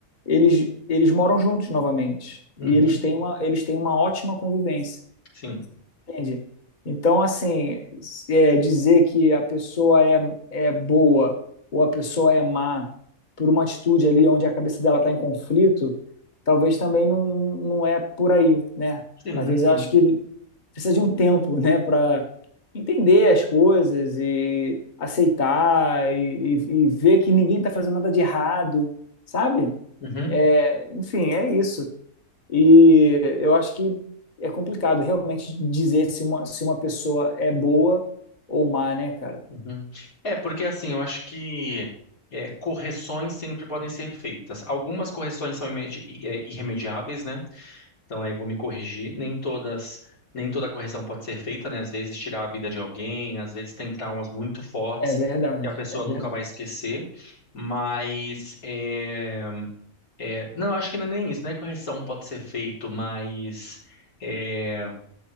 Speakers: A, on the left; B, on the left.
A: eles, eles moram juntos novamente.
B: uhum,
A: E eles têm uma, eles têm uma ótima convivência.
B: sim,
A: Entende? Então, assim, é, dizer que a pessoa é, é boa ou a pessoa é má por uma atitude ali onde a cabeça dela está em conflito, talvez também não, não é por aí, né?
B: sim,
A: Às vezes eu
B: sim.
A: acho que precisa de um tempo, né, para entender as coisas e aceitar e, e- e ver que ninguém está fazendo nada de errado, sabe?
B: Uhum,
A: É, enfim, é isso. E eu acho que é complicado realmente dizer se uma, se uma pessoa é boa ou má, né, cara?
B: uhum. É, porque assim, eu acho que é, correções sempre podem ser feitas. Algumas correções são imedi- i- é, irremediáveis, né? Então aí eu vou me corrigir. Nem todas, nem toda correção pode ser feita, né? Às vezes tirar a vida de alguém, às vezes tem traumas muito fortes
A: É verdade,
B: que a pessoa
A: é
B: nunca
A: verdade.
B: vai esquecer. Mas é, É, não, eu acho que não é nem isso, né? Correção pode ser feito, mas é,